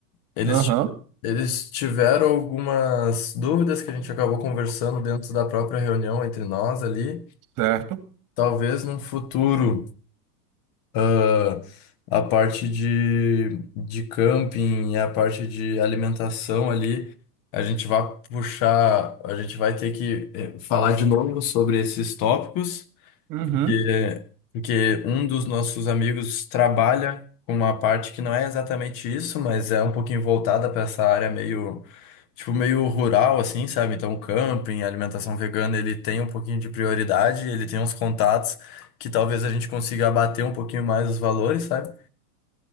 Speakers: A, on the left; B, on the right.
A: Eles,
B: Aham,
A: ti- eles tiveram algumas dúvidas que a gente acabou conversando dentro da própria reunião entre nós ali.
B: certo.
A: Talvez num futuro, ah, a parte de, de camping e a parte de alimentação ali, a gente vai puxar, a gente vai ter que eh, falar de novo sobre esses tópicos.
B: Uhum.
A: Porque, porque um dos nossos amigos trabalha com uma parte que não é exatamente isso, mas é um pouquinho voltada para essa área meio, tipo, meio rural, assim, sabe? Então, camping, alimentação vegana, ele tem um pouquinho de prioridade, ele tem uns contatos que talvez a gente consiga abater um pouquinho mais os valores, sabe?